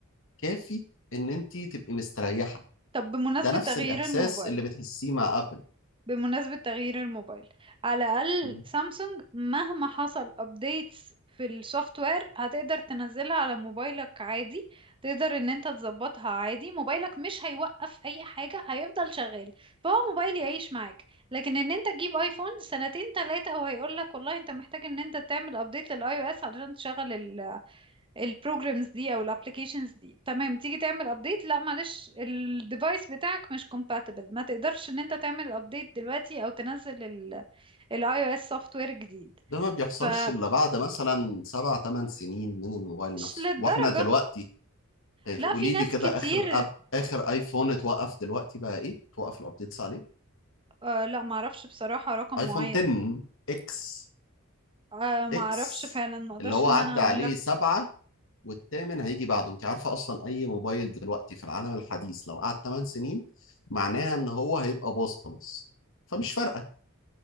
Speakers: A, on the left; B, on the right.
A: كافي إن أنت تبقي مستريحة
B: طب بمناسبة
A: ده نفس
B: تغيير
A: الإحساس
B: الموبايل
A: اللي بتحسيه مع أبل
B: بمناسبة تغيير الموبايل على الأقل
A: م.
B: سامسونج مهما حصل updates في السوفت وير هتقدر تنزلها على موبايلك عادي تقدر ان انت تظبطها عادي موبايلك مش هيوقف اي حاجة هيفضل شغال فهو موبايل يعيش معاك لكن ان انت تجيب ايفون سنتين تلاتة وهيقولك والله انت محتاج ان انت تعمل update للاي او اس علشان تشغل البروجرامز دي او الابلكيشنز دي تمام تيجي تعمل ابديت لا معلش الديفايس بتاعك مش compatible ما تقدرش ان انت تعمل ابديت دلوقتي او تنزل الاي او اس سوفت وير جديد
A: ده ما بيحصلش
B: فمش
A: إلا بعد مثلا سبع تمن سنين من الموبايل نفسه
B: للدرجة
A: وإحنا دلوقتي آه،
B: لا
A: قولي
B: في ناس
A: لي كده
B: كتير
A: آخر أب آخر آيفون اتوقف دلوقتي بقى إيه؟ توقف الأبديتس عليه
B: آه لا معرفش بصراحة رقم
A: ايفون
B: معين
A: 10 اكس
B: آه معرفش
A: اكس
B: فعلا ما اقدرش
A: اللي هو
B: ان
A: عدى
B: انا اقول
A: عليه
B: لك
A: سبعة والثامن هيجي بعده انت عارفة اصلا اي موبايل دلوقتي في العالم الحديث لو قعد 8 سنين معناها ان هو هيبقى باظ خلاص فمش فارقة